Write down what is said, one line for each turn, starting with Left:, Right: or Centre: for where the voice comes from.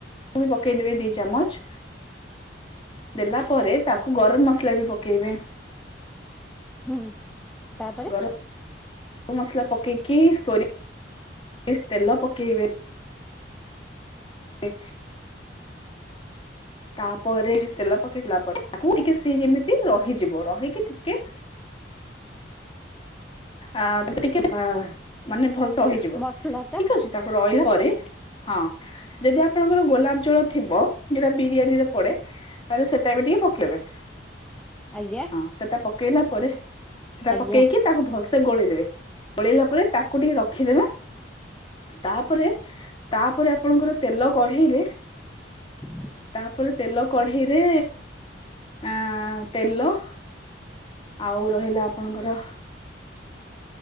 Left: ପୁଣି ପକେଇ ଦେବେ ଦି ଚାମଚ। ଦେଲା ପରେ ତାକୁ ଗରମ ମସଲା ବି ପକେଇବେ।
Centre: ହୁଁ ତାପରେ।
Left: ଗରମ ମସଲା ପକେଇକି ସୋରି ସୋରିଷ ତେଲ ପକେଇବେ। ଏ। ତାପରେ ତେଲ ପକେଇ ସିଲା ପରେ ତାକୁ ଟିକେ ସିଏ ଯେମିତି ରହିଯିବ। ରହିକି ଟିକେ ଆ ଏମିତି ଟିକେ ମାନେ ଭଲସେ ରହିଯିବ।
Centre: ମସଲା ଟା
Left: ଠିକ ଅଛି ତାକୁ ରହିଲା ପରେ ହଁ ଯଦି ଆ ଆପଣଙ୍କର ଗୋଲାପ ଜଳ ଥିବ। ଯଉଟା ବିରିୟାନୀରେ ପଡେ। ତାହେଲେ ସେଟା ବି ଟିକେ ପକେଇବେ।
Centre: ଆଜ୍ଞା।
Left: ହଁ ସେଟା ପକେଇଲା ପରେ ସେଟା
Centre: ଆଜ୍ଞା
Left: ପକେଇକି ତାକୁ ଭଲସେ ଗୋଳେଇ ଦେବେ। ଗୋଳେଇଲା ପରେ ତାକୁ ଟିକେ ରଖିଦେବେ। ତାପରେ ତାପରେ ଆପଣଙ୍କର ତେଲ କଢେଇରେ
Centre: <inaudible>
Left: ତାପରେ ତେଲ କଢ଼େଇରେ ଆଁ ତେଲ ଆଉ ରହିଲା ଆପଣଙ୍କର